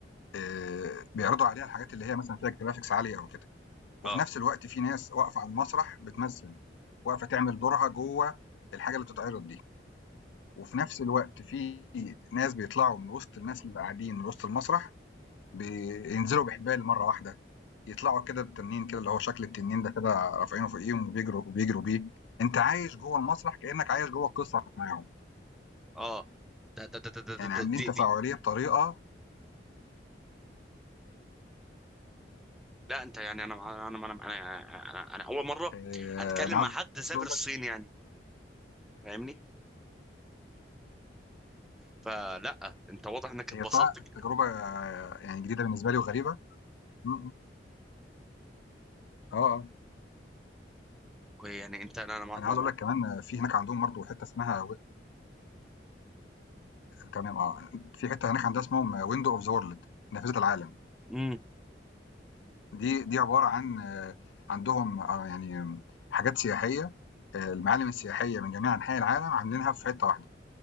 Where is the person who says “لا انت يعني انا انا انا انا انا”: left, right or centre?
Centre